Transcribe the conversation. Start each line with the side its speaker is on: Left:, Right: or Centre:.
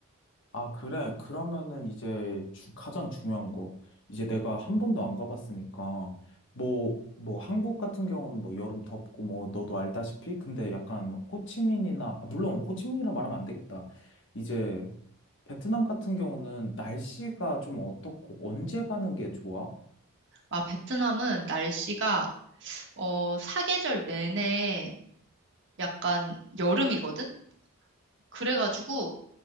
Left: 아, 그래. 그러면은 이제 주- 가장 중요한 거. 이제 내가 한 번도 안 가봤으니까. 뭐, 뭐 한국 같은 경우는 뭐 여름 덥고 뭐 너도 알다시피. 근데 약간 호치민이나, 아, 물론 호치민이라 말하면 안 되겠다. 이제 베트남 같은 경우는 날씨가 좀 어떻고 언제 가는 게 좋아?
Right: 아, 베트남은 날씨가 어, 사계절 내내 약간 여름이거든? 그래가지고